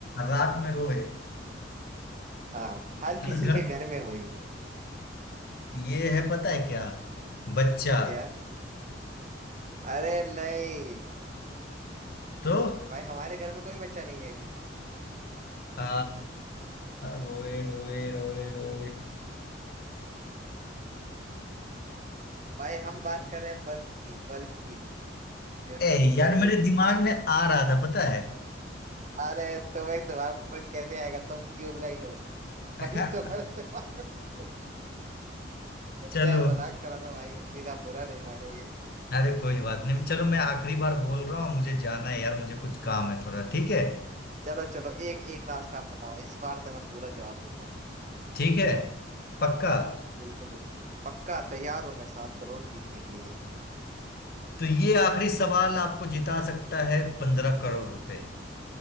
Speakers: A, on the left; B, on the right.
A: रात में रोए
B: हाँ हर
A: हर
B: किसी
A: घर
B: के घर में हुई
A: ये है पता है क्या बच्चा
B: क्या अरे नहीं
A: तो
B: भाई हमारे घर में कोई बच्चा नहीं है अभी
A: आ, रोए रोए रोए रोए
B: भाई हम बात कर रहे हैं बल्ब की बल्ब की जो
A: ए यार
B: बल्ब
A: मेरे
B: होती
A: दिमाग में आ रहा था पता है
B: अरे तुम्हें दिमाग में कैसे आएगा तुम ट्यूबलाइट हो
A: <laughs>
B: पर तुम्हारे दिमाग में
A: चलो
B: खैर मजाक करा था भाई उम्मीद आप बुरा नहीं मानोगे
A: अरे कोई बात नहीं चलो मैं आखिरी बार बोल रहा हूँ मुझे जाना है यार मुझे कुछ काम है थोड़ा ठीक है
B: चलो चलो एक एक लास्ट आप बताओ इस बार तो मैं पूरा जवाब दूंगा
A: ठीक है पक्का
B: बिल्कुल बिल्कुल पक्का तैयार हूं मैं सात करोड़ जीतने के लिए
A: तो ये आखिरी सवाल आपको जिता सकता है पंद्रह करोड़ रुपए